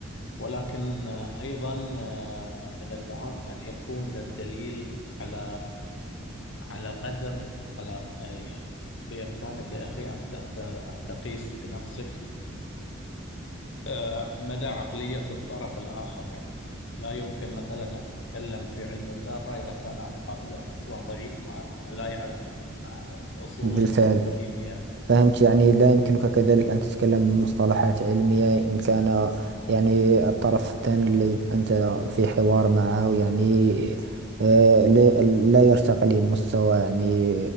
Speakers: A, on the left; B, on the right.
A: ولكن أيضا آه، من المهم أن يكون الدليل على على قدر على بإمكانك يا أخي أن أن أن تقيس بنفسك آه، مدى عقلية الطرف الآخر يعني لا يمكن مثلا أن تتكلم في علم الذرة إذا كان مقابلك أصلا ضعيف ما لا يعرف ما- أصول
B: بالفعل
A: الك- الكيمياء
B: فهمت يعني لا يمكنك كذلك أن تتكلم بمصطلحات علمية إن كان يعني الطرف الثاني الذي أنت في حوار معه يعني آه، لا لا يرتقي لمستوى يعني